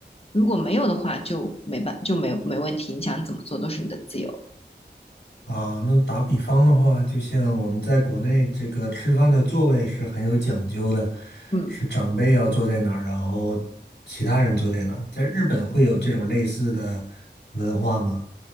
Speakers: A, on the left; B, on the left.
A: 如果没有的话，就没办就没没问题，你想怎么做都是你的自由。
B: 啊，那打比方的话，就像我们在国内这个吃饭的座位是很有讲究的，
A: 嗯
B: 是长辈要坐在哪儿，然后其他人坐在哪儿。在日本会有这种类似的文化吗？